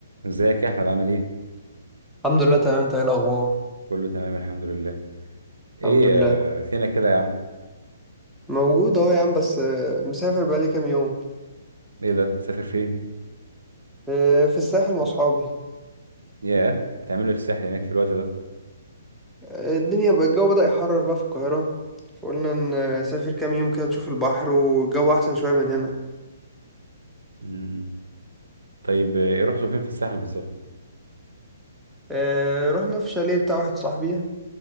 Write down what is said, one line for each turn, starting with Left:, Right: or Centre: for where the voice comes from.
Right: ازيك يا احمد عامل ايه
Centre: الحمد لله تمام انت ايه الاخبار
Right: كله تمام الحمد لله ايه
Centre: الحمد لله
Right: آه، فينك كده يا عم
Centre: موجود اهو يا عم بس آه، مسافر بقالي كام يوم
Right: ايه ده مسافر فين
Centre: آه، في الساحل مع اصحابي
Right: ياه بتعملوا ايه في الساحل هناك في الوقت ده
Centre: آه، الدنيا بقى الجو بدأ يحرر بقى في القاهرة فقلنا ن- نسافر كام يوم كده نشوف البحر والجو احسن شوية من هنا
Right: امم طيب آه، ايه رحتوا فين في الساحل بالظبط
Centre: آه، رحنا في شاليه بتاع واحد صاحبي